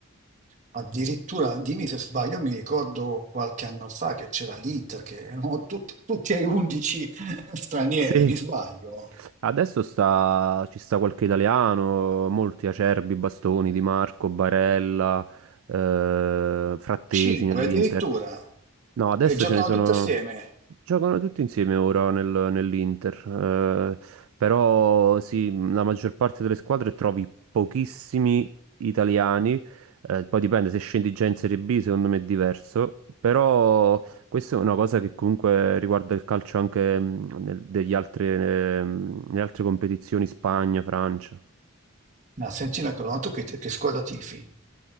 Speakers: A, on the right; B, on the right.
A: Addirittura, dimmi se sbaglio, mi ricordo qualche anno fa che c'era l'Inter, che erano tutti, tutti e 11 <laughs> stranieri,
B: Sì,
A: mi sbaglio.
B: Adesso sta, ci sta qualche italiano, molti Acerbi, Bastoni, Di Marco, Barella, eh, Frattesi
A: 5
B: nell'Inter.
A: addirittura.
B: No, adesso
A: E giocano
B: ce ne sono...
A: tutti assieme.
B: Giocano tutti insieme ora nel- nell'Inter. eh, però sì, la maggior parte delle squadre trovi pochissimi italiani. eh, poi dipende, se scendi già in Serie B secondo me è diverso. Però questa è una cosa che comunque riguarda il calcio anche mh, nel- degli altri, ehm, nelle altre competizioni, Spagna, Francia.
A: Ma senti una cosa, ma tu che, che squadra tifi?